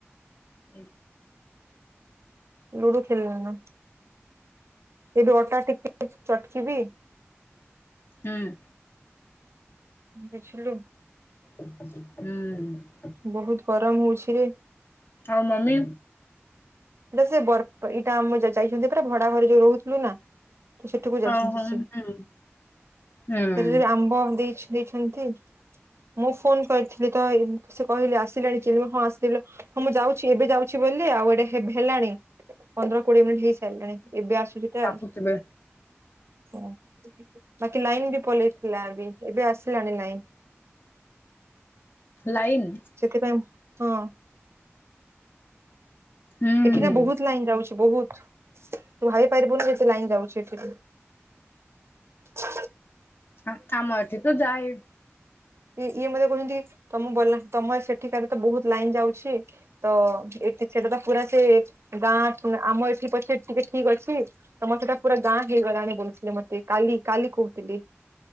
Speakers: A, on the left (about 50°); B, on the right (about 70°).
A: ହଁ
B: ଲୁଡୁ ଖେଳିଲେଣି ନା ସେଇଠି ଅଟା ଟିକେ ଚଟକିବି
A: ହୁଁ
B: ବୁଝିଲୁ
A: ହୁଁ
B: ବହୁତ ଗରମ ହଉଛି ରେ
A: ଆଉ ମମି
B: ଏଇଟା ସେ ବର ଏଇଟା ଆମ ଯାଇଛନ୍ତି ପୁରା ଭଡା ଘରେ ଯୋଉ ରହୁଥିଲୁ ନା ତ ସେଠିକୁ ଯାଇଛନ୍ତି
A: ଆଉ ହଁ
B: ସିଏ
A: ହୁଁ ହୁଁ
B: ତତେ ଯି ଆମ୍ବ ଦେଇ ଦେଇଛ ନ୍ତୀ ମୁଁ ଫୋନ କରିଥିଲି ତ ସେ କହିଲେ ଆସିଲେଣି ଚିଲୁ ହଁ ଆସିଲେ ହଁ ମୁଁ ଯାଉଛି ଏବେ ଯାଉଛି ବୋଲି ଆଉ ଏଇଟା ହେଲାଣି ପନ୍ଦର କୋଡିଏ ମିନିଟ୍ ହେଇ ହେଲାଣି ଏବେ ଆସୁଛି ଟା
A: ଡାକୁଥିବେ
B: ହଁ ବାକି ଲାଇନ ବି ପଳେଇଥିଲା ବି ଏବେ ଆସିଲାଣି ନାଇଁ
A: ଲାଇନ୍
B: ସେଥିପାଇଁ ହଁ
A: ହୁଁ
B: ଏଠି ନା ବହୁତ ଲାଇନ୍ ଯାଉଛି ବହୁତ ତୁ ଭାବି ପାରିବୁନି ଯେତେ ଲାଇନ୍ ଯାଉଛି ଏଠି ହ
A: ହଁ ଆମ ଏଠି ତ ଯାଏ
B: ଇ ଇଏ ମତେ କହୁଛନ୍ତି ତମ ବଲା ତମେ ସେଠିକାରେ ତ ବହୁତ ଲାଇନ୍ ଯାଉଛି ତ ଏଠି ସେଟା ତ ପୁରା ସେ ଗାଁ ଆମ ଏଠି ପଛେ ଟିକେ ଠିକ ଅଛି ତମର ସେଟା ପୁରା ଗାଁ ହେଇଗଲାଣି କହୁଥିଲେ ମତେ କାଲି କାଲି କହୁଥିଲେ